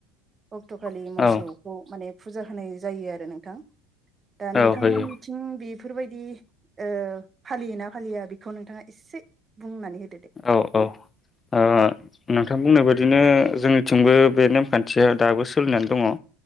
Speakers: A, on the right; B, on the left.
A: अक्ट'खालि
B: नोंथां
A: मोसौखौ
B: औ
A: माने फुजा होनाय जायो आरो नोंथां । दा
B: औ
A: नोंथांमोननिथिं
B: होयो
A: बि फोरबायदि ओ फालियोना फालिया बेखौ नोंथाङा एसे बुंनानै हो
B: औ औ ओ नोंथां बुंनाय बायदिनो जोंनिथिंबो बे नेमखान्थिया दाबो सोलिनानै दङ' ।